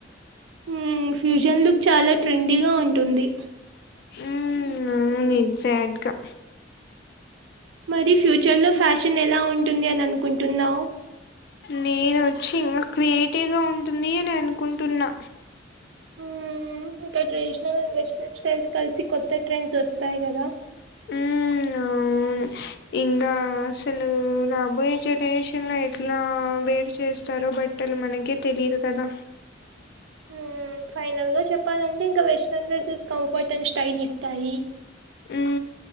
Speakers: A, on the right; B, on the left.
A: మ్ ఫ్యూజన్ లుక్ చాలా ట్రెండీగా ఉంటుంది.
B: ఉమ్ అవును ఎగ్జాట్ గా
A: మరి ఫ్యూచర్ లో ఫ్యాషన్ ఎలా ఉంటుంది అని అనుకుంటున్నావు
B: నేనొచ్చి ఇంకా క్రియేటివ్ గా ఉంటుంది అని అనుకుంటున్నా.
A: మ్ ఇంకా ట్రెడిషనల్, అండ్ వెస్ట్రన్ స్టైల్స్ కలిసి కొత్త ట్రెండ్స్ వస్తాయి కదా. <inaudible>
B: ఉమ్ అవును ఇంగా అసలు రాబోయే జనరేషన్ లో ఎట్లా వేరు చేస్తారో బట్ ట్టలు మనకే తెలిదు కదా
A: <inaudible> ఫైనల్ గా చెప్పాలంటే ఇంకా western dresses comfort and style ఇస్తాయి
B: ఊ